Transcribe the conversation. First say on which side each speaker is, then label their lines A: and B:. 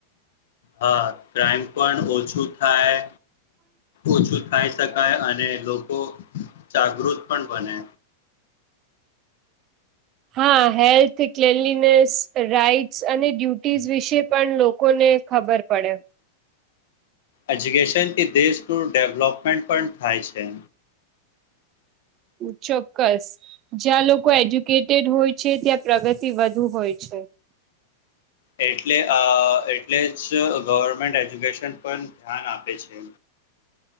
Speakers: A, on the left; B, on the right.
A: હા, ક્રાઈમ પણ ઓછું થાય ઓછું ખાઈ શકાય અને લોકો જાગૃત પણ બને.
B: હા, હેલ્થ ક્લેનલીનેસ રાઈટ્સ અને ડ્યુટીઝ વિશે પણ લોકોને ખબર પડે.
A: એજ્યુકેશનથી દેશનું ડેવલોપમેન્ટ પણ થાય છે.
B: ચોક્કસ. જ્યાં લોકો એજ્યુકેટેડ હોય છે ત્યાં પ્રગતિ વધુ હોય છે.
A: એટલે અ એટલે જ ગવર્મેન્ટ એજ્યુકેશન પણ ધ્યાન આપે છે.